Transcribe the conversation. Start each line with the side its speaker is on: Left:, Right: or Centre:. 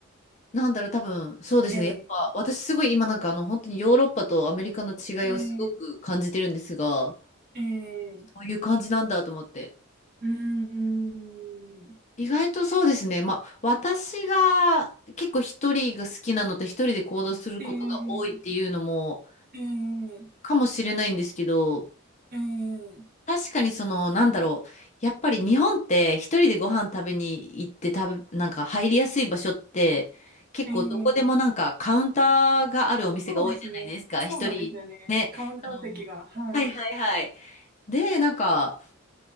Left: なんだろう、多分、そうですね。
Right: ええ、
Left: やっぱ私すごい今なんかあの、本当にヨーロッパとアメリカの違いをすごく感じてるんですが、
Right: ええ、ええ、
Left: こういう感じなんだと思って。
Right: うーん、
Left: 意外とそうですね。まあ、私が結構一人が好きなのと一人で行動することが多いっていうのも
Right: ええ、ええ、
Left: かもしれないんですけど、
Right: ええ、
Left: 確かにその、なんだろう。やっぱり日本って一人でご飯食べに行って食べ、なんか入りやすい場所って結構どこでもなんかカウンターがあるお店が多いじゃないですか。
Right: ええ、そうですね。そうなんですよね。
Left: 一人ね。
Right: カウンター席が、
Left: あの、
Right: はい。
Left: はいはいはい。で、なんか、